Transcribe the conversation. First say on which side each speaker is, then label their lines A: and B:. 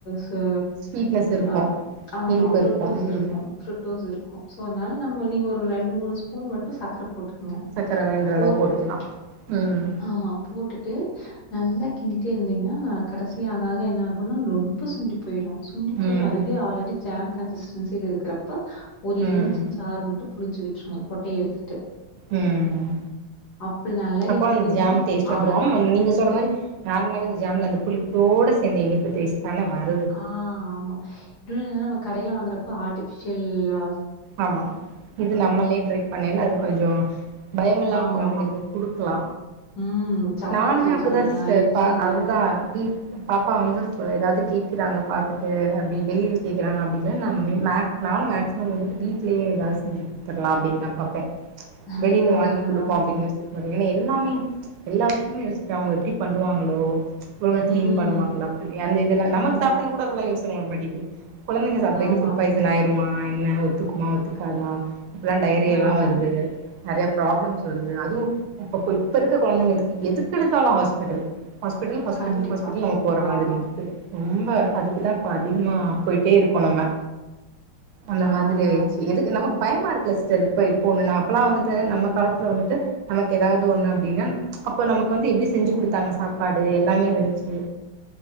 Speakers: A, on the left; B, on the right.
A: து
B: ஸ்வீட்னஸ் இருக்கு
A: அ ஆமா
B: இனிப்பு
A: ஃப்ரூட்டூஸ்யிருக்கு
B: இருக்கு ம்
A: ஃப்ரூட் டூஸ்ருக்கு சோ அதனால நம்ம நீங்க ஒரு ரெண்டு மூணு ஸ்பூன் மட்டு சக்கர போட் ட்டுகங்க
B: சக்கர வேண்ற
A: போட்டுட்டு
B: அளவு போட்டுக்கலா ம்
A: ஆமா போட்டுட்டு நல்லா கிண்டிட்டே இருந்தீங்னா கடைசியா ஆகாக என்ன ஆகுன்னா ரொம்ப சுண்டி போயிடு சுண்ட் போய்
B: ம்
A: அதுவே ஆல்ரெடி ஜாம் கன்சிஸ்டன்சியில இருக்கறப்ப ஒரு
B: ம்
A: எலமிச்ச சாறு மட்டு புழிஞ்சு விட்டுருங்க கொட்டைய எடுத்துட்டு
B: ம்
A: அப்படி நல்லா
B: அப்போ
A: கிண்டிட்டீங்கன்னா,
B: அந்த ஜாம் டேஸ்ட்டு
A: அவ்வளதான்.
B: வந்துரு ஆம் நீங்க சொல்ற மாரி
A: சூப்
B: நார்மலாவே இந்த ஜாம்ல அந்த புளிப்போட சேந்து இனிப்பு டேஸ்ட்தான வரு
A: ஆ ஆமா இன்னொன்னு என்னன்னா நம்ம கடையில வாங்கறப்போ ஆர்டிபிஷியல்லா
B: ஆமா இது நம்மளயே ட்ரை பண்ணிர்லா அது கொஞ்சோ பயமில்லாம
A: ஆமா.
B: கொழந்தைகளுக்கு குடுக்கலா
A: ம். சப்பாத்தில
B: நானுமே
A: வச்சு
B: அப்பிடிதா
A: குடுக்கலாம்.
B: சிஸ்டர்
A: இட்லில.
B: ப அதுதா இப் பாப்பா வந்து ஃப ஏதாவது கேக்குறாங்க பாத்துட்டு அப்பிடி வெளியில கேக்கறாங்க அப்பிடின்னா நா மே மேக் நானு மேக்சிமம் வந்துட்டு வீட்லயே ஏதாவது செஞ்சு கொடுத்தர்லா அப்பிடின்னு தா பாப்பே
A: ஆ
B: வெளியில வாங்கி
A: அதான், அதான்.
B: குடுப்போ அப்படின்னு யோசிக்க மாட் ஏனா எல்லாமே எல்லா விஷயோ யோசிப்பே அவங்கள எப்பிடி பண்ணுவாங்களோ ஒழுங்கா கிளீன்
A: ம்.
B: பண்ணுவாங்களா அந்த இதல்லா நமக்கு
A: ஆமா,
B: சாப்பிடய்ல கூட அதெல்லா யோசன வர மாட்டிங்குது குழந்தைங்க சாப்டய்ல
A: ஆமா,
B: ஃபுட் பாய்சன் எதனா ஆயிருமா என்ன ஒத்துக்குமா ஒத்துக்காதா இப்பல்லா டையேரியாலா
A: ஆமா.
B: வருது நெறய ப்ராப்ளம்ஸ் வருது அதுவூ இப்பக் கு இப்ப இருக்கர குழந்தைங்களுக்கு எதுக்கெடுத்தாலூ ஹாஸ்பிட்டல் ஹாஸ்பிட்டல் ஹாஸ்பிட்டல்
A: கண்டிப்பா.
B: ஹாஸ்பிட்டல் நம்ம போற
A: ஆமா,
B: மாதிரி இருக் க்கு ரொம்ப அதுக்குதா இப்ப அதிகமா போயிட்டே இருக்கோ நம்ம அந்த
A: ஆமாங்க.
B: மாரித் எதுக்கு நமக்கு பயமா இருக்குல்ல சிஸ்டர் இப்போ இப்போ நா அப்பெல்லா ஒன்னுன்னா அப்போலா வந்துட்டு நம்ம காலத்தில வந்துட்டு நமக்கு ஏதாவது ஒண்ணு அப்டின்னா அப்போ நமக்கு வந்து எப்பிடி செஞ்சு கொடுத்தாங்க சாப்பாடு எல்லாமே இருந்ச்சு